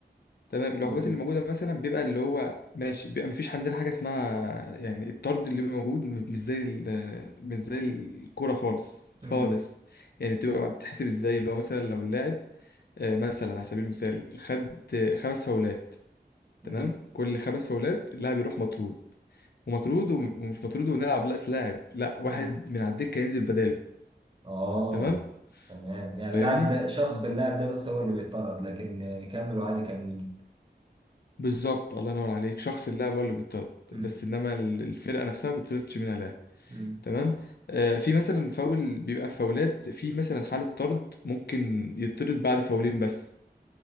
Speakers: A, on the left (about 65°); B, on the right (about 30°).
A: تمام
B: كرة
A: العقوبات
B: الس-
A: اللي موجودة مثلا بيبقى اللي هو ماشي بيبقى مفيش عندنا حاجة اسمها يعني الطرد اللي بيبقى موجود م- مش زي ال- مش زي الكورة خالص خالص
B: امم
A: يعني بتبقى بتتحسب ازاي اللي هو مثلا لو اللاعب آه، مثلا على سبيل المثال خد آه، خمس فاولات تمام
B: امم
A: كل خمس فاولات اللاعب يروح مطرود ومطرود وم- ومش مطرود ونلعب ناقص لاعب لا واحد
B: امم
A: من على الدكه ينزل بداله
B: اه
A: تمام
B: تمام يعني
A: فاهمني
B: اللاعب ده شخص
A: دي-
B: اللاعب ده بس هو اللي بيطرد لكن يكملوا عادي كاملين
A: بالظبط الله ينور عليك شخص اللاعب هو اللي بيطرد
B: امم
A: بس انما ال- الفرقه نفسها ما بتطردش منها لاعب
B: امم
A: تمام آه في مثلا فاول بيبقى فاولات في مثلا حاله طرد ممكن يطرد بعد فاولين بس